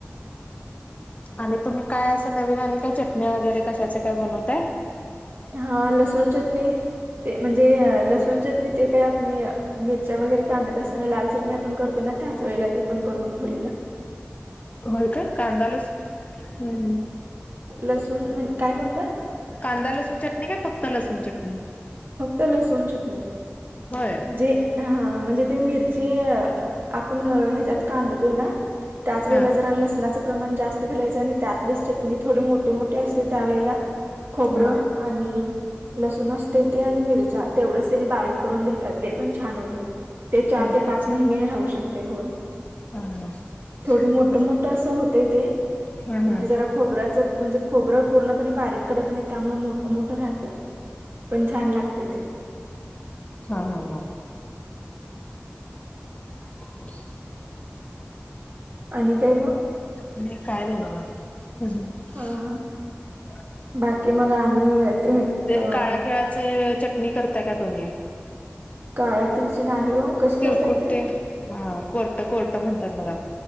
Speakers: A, on the left; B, on the right.
A: आणि तुम्ही काय असं नवीन आणि काय चटणी वगैरे कशाचे काय बनवताय.
B: हा लसूण चटणी ते म्हणजे लसूण चटणी. ते काय आप मिरच्या वगैरे काांढत असताना लाल चटणी आपण करतो ना त्याच वेळेला ते पण करून ठेवलेल्या.
A: होय काय कांदालाच हम हम.
B: लसूण म्हण काय बोलला.
A: कांदा लसूण चटणी का फक्त लसूण चटणी.
B: फक्त लसोण चटणी.
A: होय.
B: जे हा म्हणजे ती मिरची आपण ह्याच्यात कढतोय ना. त्याच वेळे
A: हा
B: जरा लसणाचं प्रमाण जास्त घालायचं, आणि त्यातलेच चटणी थोडी मोठे मोठी असते, त्यावेेळेला खोबरं
A: हा
B: आणि लसूण असते तेे आणि मिरच्या तेवढेच त्यानी बारीक करून देतात, ते पण छान होते. ते चार
A: होय
B: ते पाच महिने राहू शकते, होय
A: हा हा
B: थोडी मोठ
A: हा
B: मोठ असं होत.
A: हा
B: म्हणे ज खोब्या <unintelligible> म्हणजे खोबरं पूर्णप बारीक करत नाही त्यामुळे मोठ मोठ राहते. पण छान लागते ते.
A: हा हा हा. <inaudible>
B: आणि काय मग.
A: मी काय नाही
B: हा
A: बघा.
B: हा बाकी मग आणि अ.
A: ते काळ्या तिळाचे चटणी करताय का तुम्ही.
B: काळ्यात्रीची नाही ओ कशी
A: ते
B: करतात
A: कुठे हा कोर्ट कोर्ट म्हणतात बघ